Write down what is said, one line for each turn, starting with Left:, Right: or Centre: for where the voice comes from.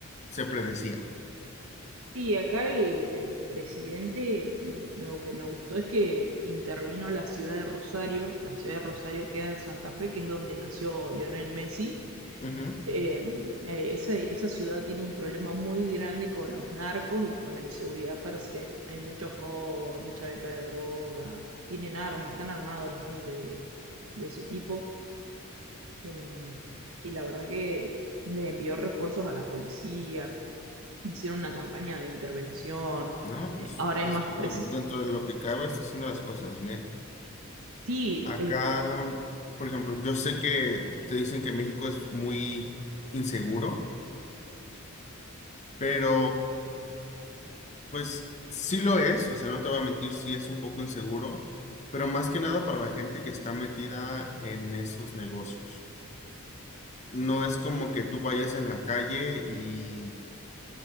Left: se predecía.
Right: Sí, acá el, el presidente, mm, lo que me gustó es que intervino la ciudad de Rosario. La ciudad de Rosario queda en Santa Fe, que es donde nació Lionel Messi
Left: Ujú.
Right: em, eh, esa, esa ciudad tiene un problema muy grande con los narcos y con la inseguridad per se. Hay muchos robos, mucha venta de droga, tienen armas, están armados la gente de, de ese tipo. eh, y la verdad que le envió refuerzos a la policía, hicieron una campaña de intervención.
Left: No, pues
Right: eh, ahora
Left: esto-
Right: hay más... presen-
Left: dentro de lo que cabe está haciendo las cosas bien.
Right: Sí,
Left: Acá,
Right: eh,
Left: por ejemplo, yo sé que te dicen que México es muy inseguro Pero, pues sí lo es, o sea, no te voy a mentir, sí es un poco inseguro, pero más que nada para la gente que está metida en esos negocios. No es como que tú vayas en la calle y